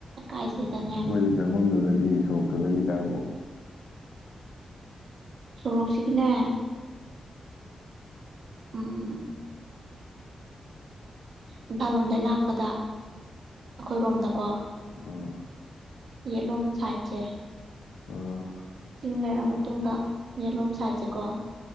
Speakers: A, on the right; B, on the left.
A: ꯀꯥꯏꯁꯤ ꯗꯅꯦ
B: ꯅꯣꯏꯒꯤ ꯆꯪꯐꯝꯕꯝꯗꯨꯗꯒꯤ ꯁꯣꯔꯣꯛꯇꯨꯗꯒꯤ ꯀꯥꯏꯕꯧ
A: ꯁꯣꯔꯣꯛꯁꯤꯒꯤꯅꯦ ꯎꯝ ꯏꯝꯐꯥꯜ ꯂꯣꯝꯗꯩ ꯂꯥꯛꯄꯗ ꯑꯩꯈꯣꯏꯔꯣꯝꯗꯀꯣ
B: ꯑꯥ
A: ꯌꯦꯠꯂꯣꯝ ꯁꯥꯏꯠꯁꯦ
B: ꯑꯥ
A: ꯆꯤꯡ ꯂꯩꯔ ꯃꯇꯨꯡꯗ ꯌꯦꯠꯂꯣꯝ ꯁꯥꯏꯠꯁꯦꯀꯣ